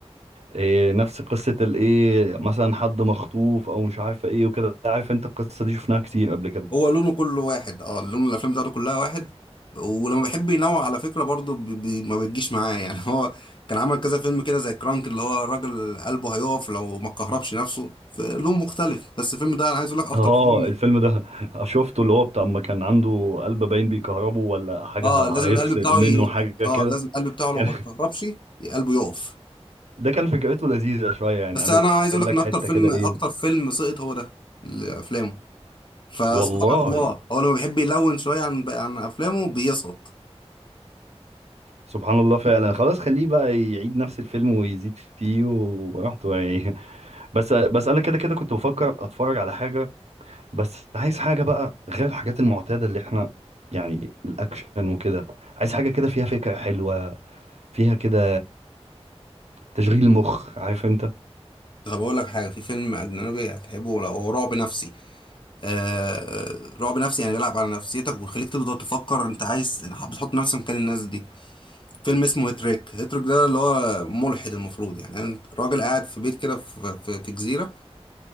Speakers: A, on the right; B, on the left.
A: إيه نفس قصه الايه مثلا حد مخطوف او مش عارف ايه وكده عارف انت القصه دي شفناها كتير قبل كده
B: هو لونه كله واحد اه لون الافلام بتاعته كلها واحد ولما بيحب ينوع على فكرة برضه بي بي ما بتجيش معاه يعني <laughs> هو كان عمل كذا فيلم كده زي كرانك اللي هو الراجل قلبه هيقف لو ما كهربش نفسه في لون مختلف بس الفيلم ده انا عايز اقول لك اكتر
A: اه
B: فيلم
A: الفيلم ده <laughs> شفته اللي هو بتاع ما كان عنده قلب باين بيكهربه ولا حاجه
B: اه
A: ه-
B: لازم
A: هيفصل
B: القلب بتاعه
A: منه
B: ي...
A: حاجه
B: اه
A: كده
B: لازم القلب بتاعه لو
A: كان
B: ما اتكهربش قلبه يقف
A: <laughs> ده كان فكرته لذيذه شويه يعني
B: بس
A: عامل
B: انا عايز
A: لك
B: اقول لك ان اكتر
A: حته
B: فيلم
A: كده ايه
B: اكتر فيلم سقط هو ده لافلامه فسبحان
A: والله
B: الله هو لما بيحب يلون شويه عن عن افلامه بيسقط
A: سبحان الله فعلا خلاص خليه بقى يعيد نفس الفيلم ويزيد فيه وبراحته يعني بس بس انا كده كده كنت بفكر اتفرج على حاجه بس عايز حاجه بقى غير الحاجات المعتاده اللي احنا يعني الاكشن وكده عايز حاجه كده فيها فكره حلوه فيها كده تشغيل مخ عارف انت
B: طب اقول لك حاجه في فيلم اجنبي هتحبه لو هو رعب نفسي آه رعب نفسي يعني بيلعب على نفسيتك ويخليك تبدا تفكر انت عايز بتحط نفسك مكان الناس دي فيلم اسمه هيتريك هيتريك ده اللي هو ملحد المفروض يعني انت راجل قاعد في بيت كده في, في, في جزيره